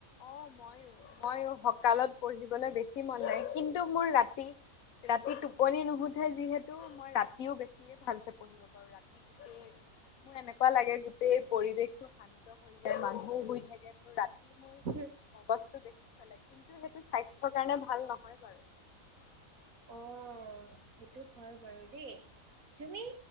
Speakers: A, on the left; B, on the right.
A: অ মইয়ো মইয়ো সকালত পঢ়িবলৈ বেছি মন নাই। কিন্তু মোৰ ৰাতি ৰাতি টোপনি নুশুঠে যিহেতু মই ৰাতিও বেছিয়ে ভালছে পঢ়িব পাৰো ৰাতি। মোৰ এনেকুৱা লাগে গোটেই পৰিৱেশটো শানি। হৈ যায় মানুহো শুই থাকে ত ৰাতি মোৰ
B: হু।
A: গছটো বেছি চলে কিন্তু সেইটো স্বাস্থ্যৰ কাৰণে ভাল নহয় বাৰু। <inaudible>
B: অঁ সেইটো হয় বাৰু দেই। তুমি?